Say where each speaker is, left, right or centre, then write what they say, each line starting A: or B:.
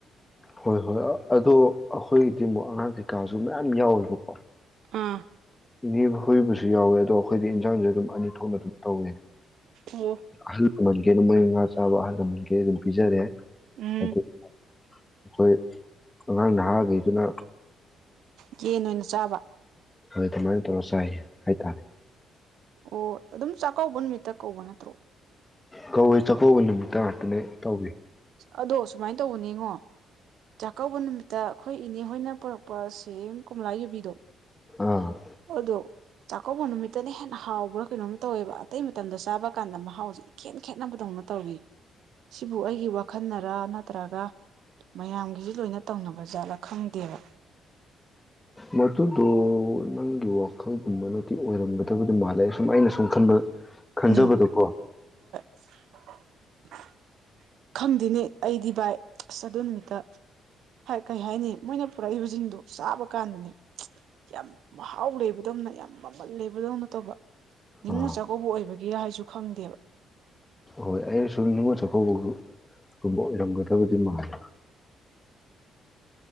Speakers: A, on the left; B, on the right.
A: ꯍꯣꯏ ꯍꯣꯏ ꯑꯗꯣ ꯑꯩꯈꯣꯏꯒꯤꯗꯤ ꯑꯃꯨꯛ ꯑꯉꯥꯡ ꯀꯩꯀꯥꯁꯨ ꯃꯌꯥꯝ ꯌꯥꯎꯋꯦꯕꯀꯣ
B: ꯑꯥ
A: ꯏꯅꯦ ꯃꯈꯣꯏꯕꯨꯁꯨ ꯌꯥꯎꯋꯦ ꯑꯗꯣ ꯑꯩꯈꯣꯏꯗꯤ ꯍꯦꯟꯖꯥꯜꯁꯦ ꯑꯗꯨꯝ ꯑꯅꯤ ꯊꯣꯛꯅ ꯑꯗꯨꯝ ꯇꯧꯋꯦ
B: ꯑꯣ
A: ꯑꯍꯜ ꯑ ꯃ ꯀꯩꯅꯣ ꯃꯣꯏ ꯉꯥ ꯆꯥꯕ ꯑꯍꯜ ꯂꯃꯟꯒꯤ ꯑꯗꯨꯝ ꯄꯤꯖꯔꯦ
B: ꯎꯝ
A: ꯑꯗꯨ ꯑꯩꯈꯣꯏ ꯑꯉꯥꯡ ꯅꯍꯥꯒꯩꯗꯨꯅ
B: ꯀꯦꯟ ꯑꯣꯏꯅ ꯆꯥꯕ
A: ꯍꯣꯏ ꯑꯗꯨꯃꯥꯏꯅ ꯇꯧꯔ ꯆꯥꯏ ꯍꯥꯏꯇꯥꯔꯦ
B: ꯑꯣ ꯑꯗꯨꯝ ꯆꯥꯛꯀꯧꯕ ꯅꯨꯃꯤꯠꯇ ꯀꯧꯕ ꯅꯠꯇ꯭ꯔꯣ
A: ꯀꯧꯏ ꯆꯥꯛꯀꯧꯕ ꯅꯨꯃꯤꯠꯇ ꯉꯥꯛꯇꯅꯦ ꯇꯧꯋ
B: ꯑꯗꯣ ꯁꯨꯃꯥꯏꯅ ꯇꯧꯕꯅꯦꯉꯣ ꯆꯥꯛꯀꯧꯕ ꯅꯨꯃꯤꯠꯇ ꯑꯩꯈꯣꯏ ꯏꯅꯦ ꯍꯣꯏꯅ ꯄꯨꯔꯛꯄ ꯁꯦꯝ ꯀꯣꯝꯂꯥ ꯌꯨꯕꯤꯗꯣ
A: ꯑ
B: ꯑꯗꯣ ꯆꯥꯛꯀꯧꯕ ꯅꯨꯃꯤꯠꯇꯅ ꯍꯦꯟꯅ ꯍꯥꯎꯕ꯭ꯔꯥ ꯀꯩꯅꯣꯝ ꯇꯧꯋꯦꯕ ꯑꯇꯩ ꯃꯇꯝꯗ ꯆꯥꯕ ꯀꯥꯟꯗ ꯃꯍꯥꯎꯁꯦ ꯏꯈꯦꯟ ꯈꯦꯠꯅꯕꯗꯧꯅ ꯇꯧꯋꯤ ꯁꯤꯕꯨ ꯑꯩꯒꯤ ꯋꯥꯈꯜꯅ ꯅꯠꯇ꯭ꯔꯒ ꯃꯌꯥꯝꯒꯤ ꯂꯣꯏꯅ ꯇꯧꯅꯕ ꯖꯥꯠꯂꯥ ꯈꯪꯗꯦꯕ
A: ꯃꯗꯨꯗꯣ ꯅꯪꯒꯤ ꯋꯥꯈꯜꯒꯨꯝꯕꯅꯗꯤ ꯑꯣꯏꯔꯝꯒꯗꯕꯨꯗꯤ ꯃꯥꯜꯂꯦ ꯁꯨꯝ ꯑꯩꯅ ꯁꯨꯝ ꯈꯟꯕ ꯈꯟꯖꯕꯗꯨꯀꯣ
B: ꯎꯝ <inaudible> ꯈꯪꯗꯦꯅꯦ ꯑꯩꯗꯤ ꯚꯥꯏ ꯑꯁ ꯑꯗꯨ ꯅꯨꯃꯤꯠꯇ ꯀꯩ ꯍꯥꯏꯅꯤ ꯃꯣꯏꯅ ꯄꯨꯔꯛꯏꯕꯁꯤꯡꯗꯣ ꯆꯥꯕ ꯀꯥꯟꯗꯅꯦ ꯌꯥꯝ ꯃꯍꯥꯎ ꯂꯩꯕꯗꯧꯅ ꯌꯥꯝ ꯃꯃꯜ ꯂꯩꯕꯗꯧꯅ ꯇꯧꯕ ꯅꯤꯉꯣꯜ
A: ꯑꯥ
B: ꯆꯥꯛꯀꯧꯕ ꯑꯣꯏꯕꯒꯤ ꯍꯥꯏꯁꯨ ꯈꯪꯗꯦꯕ
A: ꯍꯣꯏ ꯑꯩꯅ ꯁꯨꯝ ꯅꯤꯡꯉꯣꯜ ꯆꯥꯛꯀꯧꯕꯒꯨꯝꯕ ꯑꯣꯏꯔꯝꯒꯗꯕꯗꯤ ꯃꯥꯜꯂꯤ